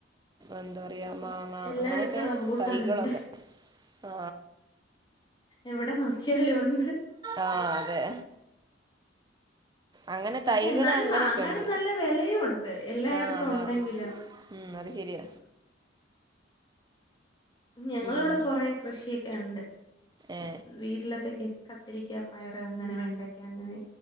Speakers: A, on the right; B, on the left.
A: എന്താ പറയാ
B: ഇപ്പം
A: മാങ്ങ
B: എല്ലായിടത്തും
A: അങ്ങനെയൊക്കെ
B: റംബൂട്ടാനുണ്ട്
A: തൈകളൊക്കെ. ആ
B: എവിടെ നോക്കിയാലും ഉണ്ട്
A: ആ! അതെ! അങ്ങനെ
B: പക്ഷെ
A: തൈകൾ
B: എന്നാലും
A: അങ്ങനെയൊക്കെ
B: വാങ്ങാനും
A: ഉണ്ട്
B: നല്ല വെലയും ഉണ്ട്. എല്ലായിടത്തും
A: ആ അതാ
B: ഉണ്ടെങ്കിലും.
A: ഉം അത് ശരിയ
B: <unintelligible> ഞങ്ങളിവിടെ
A: ഉം
B: കൊറെ കൃഷിയൊക്കെ ഉണ്ട്.
A: ഏ
B: വീട്ടിലത്തേക്ക്. കത്തിരിക്ക പയറ് അങ്ങനെ വെണ്ടയ്ക്ക അങ്ങനെ!